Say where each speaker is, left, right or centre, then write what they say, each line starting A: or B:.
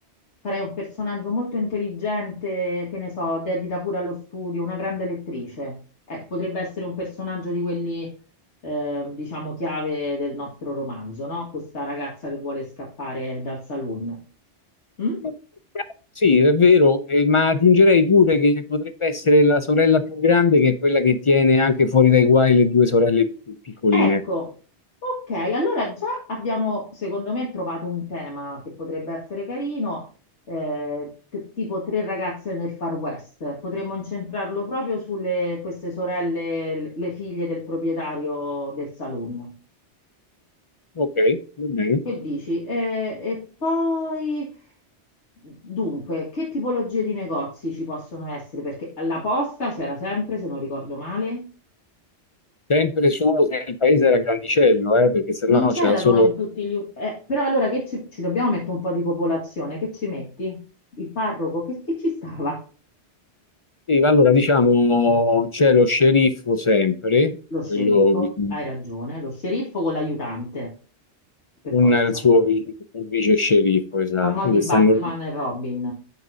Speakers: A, on the left; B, on the left.
A: farei un personaggio molto intelligente, che ne so, dedita pure allo studio, una grande lettrice. Eh, potrebbe essere un personaggio di quelli, eh, diciamo, chiave del nostro romanzo, no? Questa ragazza che vuole scappare dal saloon. Mm?
B: Ma- Sì, è vero, eh, ma aggiungerei pure che potrebbe essere la sorella più grande, che è quella che tiene anche fuori dai guai le due sorelle più piccoline.
A: Ecco, ok, allora già abbiamo, secondo me, trovato un tema che potrebbe essere carino, eh, t- tipo tre ragazze nel Far West. Potremmo incentrarlo proprio sulle queste sorelle, le le figlie del proprietario del saloon.
B: Ok, va bene.
A: Che dici? E, e poi, dunque, che tipologie di negozi ci possono essere? Perché la posta c'era sempre, se non ricordo male.
B: Sempre solo se il paese era grandicello, eh, perché sennò
A: Non c'erano
B: c'era solo...
A: in tutti gli... u- eh, però allora che ci, ci dobbiamo mettere un po' di popolazione, che ci metti? Il parroco, che, che ci stava?
B: Sì, ma allora diciamo c'è lo sceriffo sempre,
A: Lo sceriffo,
B: quello bisogna-
A: hai ragione, lo sceriffo con l'aiutante, per
B: con
A: forza.
B: il suo vi- il vice sceriffo, esatto,
A: A mo' di
B: che
A: Batman
B: stanno
A: e Robin.